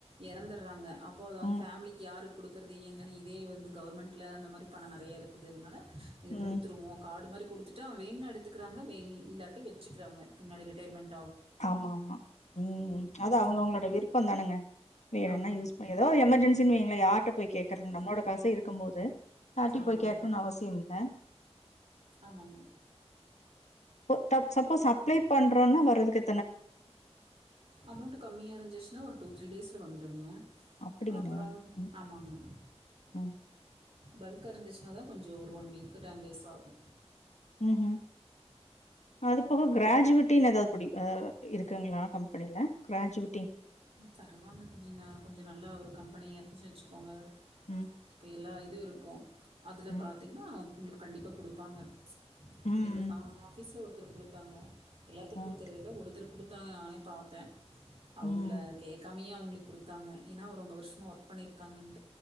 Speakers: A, on the right; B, on the left.
A: எறந்துட்றாங்க அப்போ அது அவுங்க
B: ம்,
A: ஃபேமிலிக்கு யாருக் குடுக்கறது என்னென்னு இதே வந்து கவர்மெண்ட்ல அந்த மாரி பண நெறைய இருக் க்குது அதனால இது
B: ம்.
A: குடுத்துருவோ கார்டு மாரி ட்டா வேணுன்னா எடுத்துக்கிறாங்க வே இல்லாட்டி வெச்சிக்றாங்க பின்னாடி ரிட்டயர்மென்
B: ஆமா ஆமா ம் அது அவுங்கவுங்களோட
A: அப்படி.
B: விருப்பம் தானங்க வேணுன்னா
A: ஆமாங்க.
B: யூஸ் பண்ணி ஏதோ எமர்ஜென்சின்னு வைங்கள யார்ட்ட போய் கேக்கறது நம்ளோட காசே இருக்கும் போது யார்ட்டையு
A: ஆமாங்க.
B: போய் கேக்கணுன்னு அவசியமில்ல
A: ஆமாங்க.
B: இப்போ தப் சப்போஸ் அப்ளே பண்றோன்னா வரதுக்கு
A: அமோண்ட்டு கம்மியா இருந்துச்சினா ஒரு டூ த்ரீ டேஸ்ல வந்துருங்க
B: அப்டிங்களா
A: அப்பறம்
B: ம்
A: ஆமாங்க
B: ம்
A: பல்க்கா இருந்துச்சினாதா கொஞ்சோ ஒரு ஒன் வீக்கு டென் டேஸ் ஆகு
B: ம்ஹும் அது போக கிராஜுவட்டின்னு எதாவது புடிப் ஆ இருக்குங்களா கம்பெனில கிராஜுவ
A: தருவாங்க கொஞ்ச ந கொஞ்ச நல்லா ஒரு கம்பெனியா இருந்துச்சுன்னு வச்சுக்கோங்க
B: ம்
A: இப்போ எல்லா இதுவு இருக்கு அதுல
B: ம்
A: பாத்தீங்னா உங்ளுக் கண்டிப்பா குடுப்பாங்க
B: ம்
A: எங்க கா ஆஃபீஸ்ல ஒரு த்தருக் குடுத்தாங்க எல்லாத்துக்கு
B: ம்
A: குடுக்கறதில்ல ஒருத்தருக் குடுத் குடுத்தாங்க நானே பாத்த அவுங்கள
B: ம்
A: கேக்காமையே அவுங்களுக் குடுத்தாங்க ஏன்னா ஒரு ரொம்ப வருஷமாக ஒர்க் பண்ணிருக்காங்கன்னு